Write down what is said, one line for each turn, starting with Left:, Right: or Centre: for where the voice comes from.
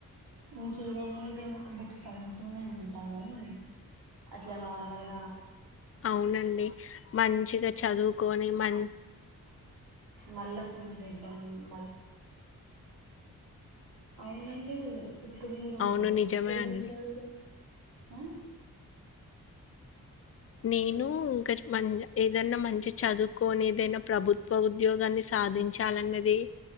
Right: ఇంకేదైనా ఏదైనా ఒక బుక్స్ చదువుతూనే ఉంటా కానీ అట్లా నార్మల్గా
Left: అవునండి మంచిగా చదువుకొని మ
Right: మల్ల ఫెడ్డం మల్ల అవునండి ఇప్పుడు మీరు
Left: అవును. నిజమే
Right: ఏం
Left: అండి.
Right: చదువుతూ హ
Left: నేను ఇంకా మంచి ఏదన్నా మంచి చదువుకొని ఏదైనా ప్రభుత్వ ఉద్యోగాన్ని సాధించాలిన్నది